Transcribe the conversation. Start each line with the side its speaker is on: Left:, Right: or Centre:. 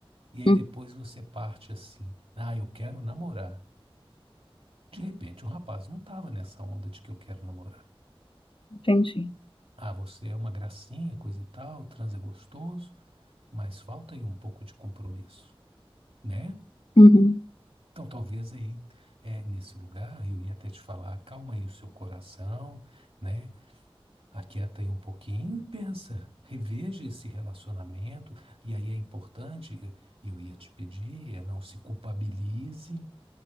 Right: E aí
Left: uhum,
Right: depois você parte assim, ah, eu quero namorar. De repente, o rapaz não estava nessa onda de que eu quero namorar.
Left: entendi.
Right: Ah, você é uma gracinha, coisa e tal, transa gostoso, mas falta aí um pouco de compromisso, né?
Left: Uhum,
Right: Então, talvez aí, é, nesse lugar, eu ia até te falar, calma aí o seu coração, né? Aquieta aí um pouquinho e pensa, reveja esse relacionamento. E aí é importante, eu ia te pedir, é não se culpabilize,